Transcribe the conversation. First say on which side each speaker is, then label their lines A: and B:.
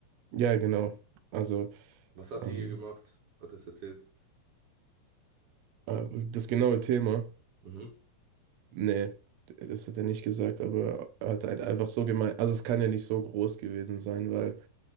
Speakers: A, on the right; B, on the right.
A: ja, genau. Also
B: Was hat
A: ähm,
B: die gemacht? Hat er es erzählt?
A: äh, das genaue Thema.
B: Mhm.
A: Nee, d- das hat er nicht gesagt, aber er hat halt einfach so gemeint. Also es kann ja nicht so groß gewesen sein, weil